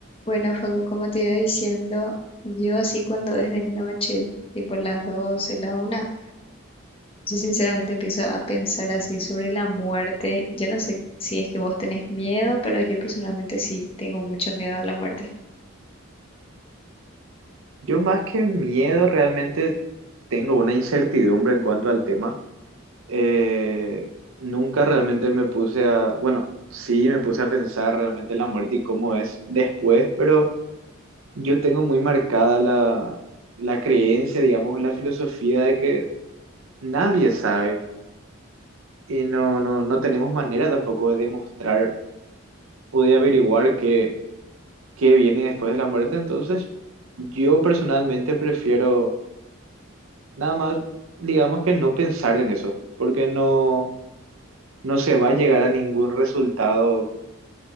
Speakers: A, on the left; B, on the right.
A: Bueno, Facu, como te iba diciendo, yo así cuando es de noche, tipo las 12, la una, yo sinceramente empiezo a pensar así sobre la muerte. Yo no sé si es que vos tenés miedo, pero yo personalmente sí tengo mucho miedo a la muerte.
B: Yo más que miedo realmente tengo una incertidumbre en cuanto al tema. Eh, nunca realmente me puse a, bueno, sí me puse a pensar realmente la muerte y cómo es después, pero yo tengo muy marcada la, la creencia, digamos, o la filosofía de que nadie sabe y no, no, no tenemos manera tampoco de demostrar o de averiguar qué, qué viene después de la muerte. Entonces, yo personalmente prefiero Nada más, digamos que no pensar en eso, porque no, no se va a llegar a ningún resultado